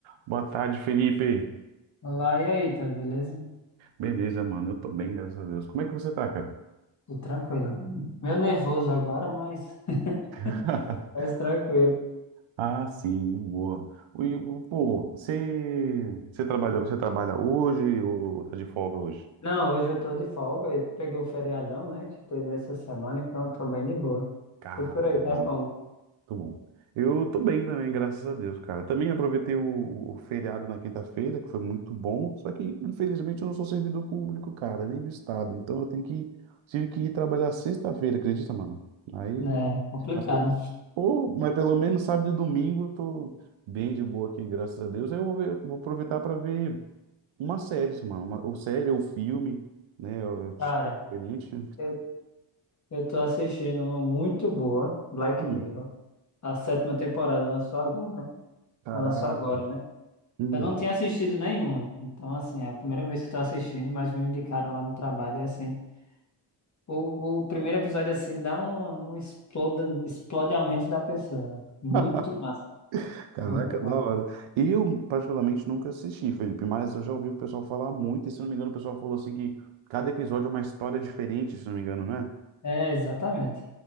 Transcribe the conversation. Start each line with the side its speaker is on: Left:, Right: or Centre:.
Right: Boa tarde, Felipe.
Left: Olá, e aí, tá beleza?
Right: Beleza, mano. Eu tô bem, graças a Deus. Como é que você tá, cara?
Left: Tudo tranquilo. Meio nervoso agora, mas <laughs>
Right: <laughs>
Left: mas tranquilo.
Right: Ah, sim, de boa. O- o- Pô, você, você trabalhou, você trabalha hoje ou tá de folga hoje?
Left: Não, hoje eu tô de folga e pegou o feriadão, né, que teve essa semana, então eu tô bem de boa.
Right: Cara,
Left: E por aí, tá
Right: bom,
Left: como?
Right: muito bom. Eu tô bem também, graças a Deus, cara. Também aproveitei o, o feriado na quinta-feira, que foi muito bom. Só que, infelizmente, eu não sou servidor público, cara, nem do estado. Então eu tenho que, tive que ir trabalhar sexta-feira, acredita, mano? Aí
Left: É, complicado.
Right: Mas, pe- pô, mas pelo menos sábado e domingo eu tô bem de boa aqui, graças a Deus. Aí eu vou ver- vou aproveitar para ver uma série, mano. Uma, ou série ou filme, né? Eu, eu tiver
Left: Cara,
Right: diferente.
Left: eu, eu tô assistindo uma muito boa, Black
Right: Hum,
Left: Mirror. A sétima temporada lançou agora.
Right: caraca.
Left: Ela Lançou agora, né?
Right: Hum.
Left: Eu não tinha assistido nenhuma. Então, assim, é a primeira vez que eu tô assistindo, mas me indicaram lá no trabalho e assim. O, o primeiro episódio, assim, dá um, um exploda, explode a mente da pessoa. Muito
Right: <laughs>
Left: massa,
Right: Caraca,
Left: muito massa.
Right: da hora. Eu, particularmente, nunca assisti, Felipe, mas eu já ouvi o pessoal falar muito, e se não me engano, o pessoal falou assim que cada episódio é uma história diferente, se não me engano, né?
Left: É, exatamente.